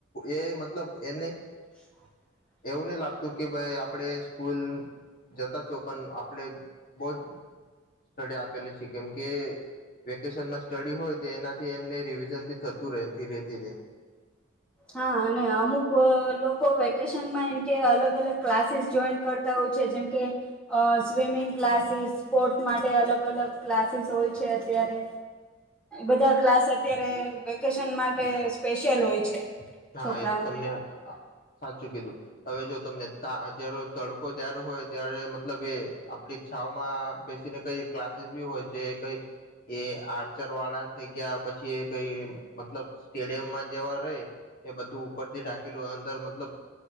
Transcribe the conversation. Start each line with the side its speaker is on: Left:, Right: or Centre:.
Left: એ મતલબ એને
Centre: <inaudible>
Left: એવું નહી લાગતું કે ભાઈ આપણેે સ્કૂલ જતા છો પણ આપ આપડે બહ જ ડે આપેલી છે કેમ કે વેકેશનમાં સ્ટડી હોય તો એના એમને રિવિઝન બી થતું રહે ધીરે ધીરે
Centre: હા અને અમુક લોકો વેકેશનમાં એમ કે અલગ અલગ ક્લાસીસ જોઈન કરતા હોય છે જેમકે અ સ્વિમિંગ ક્લાસીસ સ્પોર્ટ માટે અલગ અલગ ક્લાસીસ હોય છે અત્યારે બધા ક્લાસ અત્યારે વેકેશન માટે સ્પેશિ્યયલ હોય છે
Left: હા
Centre: છોકરાઓને
Left: એ તો તમને હાચું કીધું હવે જો તમને જ તડકો જય્યારે હોય ત્યારે મતલબ એ આપડીઈ છાઓમાં બેસીને કઈ ક્લાસીસ બી હોય છે કઈ એ આર્ચરવાળા થઈ ગયા પછી કઈ મતલબ સ્ટેડિયમમાં જેવા રેય એ બધું ઉપરથી ઢાકેલું મતલબ